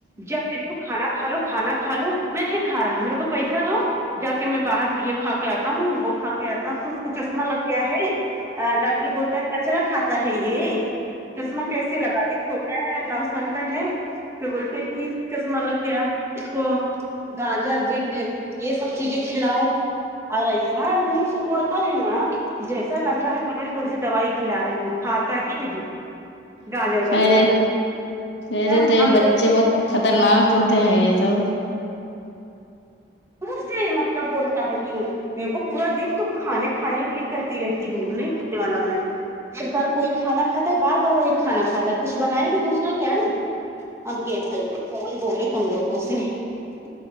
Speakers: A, on the right; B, on the left.
A: جب دیکھو کھانا کھا لو کھانا کھا لو میں نہیں کھا رہا میرے کو پیسہ دو جب کہ میں باہر سے یہ کھا کے آتا ہوں وہ کھا کے آتا ہوں کچھ چشمہ لگ گیا ہے ڈاکٹر بولتا ہے کچرا کھاتا ہے یہ چشمہ کیسے لگا ابھی چھوٹا ہے نو سال کا ہے تو بولتے ہیں کہ چشمہ لگ گیا اس کو گج جر بیٹ روٹ یہ سب چیزیں کھلاؤ اور ایسا منہ سکڑتا ہے نا جیسا لگ رہا ہے پتا نہیں کون سی دوائی کھلا رہے ہوں کھاتا ہی نہیں گاجر وغیرہ
B: ارے ارے
A: ہ
B: تو یہ
A: ہم
B: بچے
A: لوگ کو
B: بہت خطرناک ہوتے ہیں یہ سب
A: دور سے مطلب بولتا ہے کہ میرے کو پورا دن تم کھانے کھانے کے لیے کرتی رہتی ہو نئی والا میں ایک بار کوئی کھانا کہتا ہے بار بار وہی کھانا کھاتا ہے کچھ بنائے گا دوسرا کیا ہم کہ بائیے فون بولے کم لوگوں سے <unintelligible>